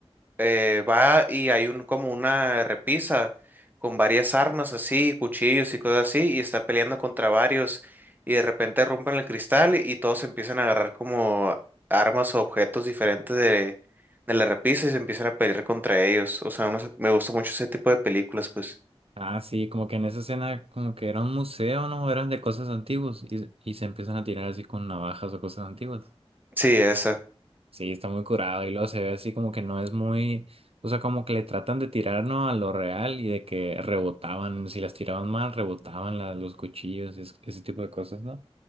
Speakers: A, on the right (about 15°); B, on the right (about 65°).
A: eh, va y hay un como una repisa con varias armas así, cuchillos y cosas así, y está peleando contra varios y de repente rompen el cristal y todos empiezan a agarrar como armas o objetos diferentes de, de la repisa y se empiezan a pelear contra ellos. O sea, no sé, me gusta mucho ese tipo de películas, pues.
B: Ah, sí, como que en esa escena, como que era un museo, ¿no? Eran de cosas antiguas y, y se empiezan a tirar así con navajas o cosas antiguas.
A: Sí, esa.
B: Sí, está muy curado y luego se ve así como que no es muy, o sea, como que le tratan de tirar, ¿no? A lo real y de que rebotaban, si las tiraban mal, rebotaban la- los cuchillos y es- ese tipo de cosas, ¿no?